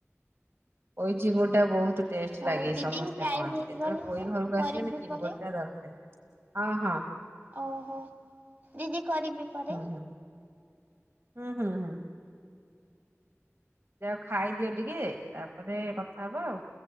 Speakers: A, on the right; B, on the right.
A: ଇ ଚିଙ୍ଗୁଡ଼ି ଟା ବହୁତ- ଟେଷ୍ଟ
B: ହଉ
A: ଲାଗେ
B: ଦିଦି
A: ସମସ୍ତେ
B: ଟାଇମ
A: କହନ୍ତି
B: ହେଇଗଲାଣି
A: ଯେତେବେଳେ ପୋଇ ଘରକୁ
B: କରିବି
A: ଆସିବେନି ଚିଙ୍ଗୁଡ଼ି
B: ପରେ
A: ଟା ଦରକାର- ହଁ ହଁ
B: ଓହୋ ଦିଦି କରିବି ପରେ-
A: ହୁଁ ହୁଁ ହୁଁ ହୁଁ ହୁଁ ଯଉ ଖାଇଦିଅ ଟିକେ ତାପରେ କଥା ହବ ଆଉ